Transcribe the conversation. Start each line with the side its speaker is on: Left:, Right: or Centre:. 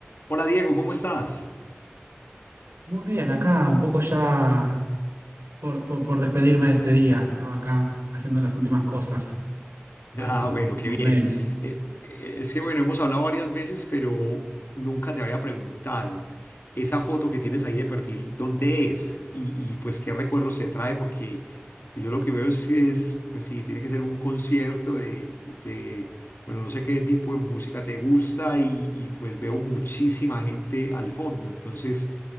Left: Hola Diego, ¿cómo estás?
Right: Muy bien, acá un poco ya por, por- por despedirme de este día. Estaba acá haciendo las últimas cosas, revisando
Left: Ah, bueno,
Right: los últimos
Left: qué bien.
Right: mails.
Left: Eh, eh, es que bueno, hemos hablado varias veces, pero nunca te había preguntado esa foto que tienes ahí de perfil, ¿dónde es? Y, y, pues qué recuerdos se trae, porque yo lo que veo es que es, pues sí, tiene que ser un concierto de, de, bueno, no sé qué tipo de música te gusta y, y pues veo muchísima gente al fondo. Entonces,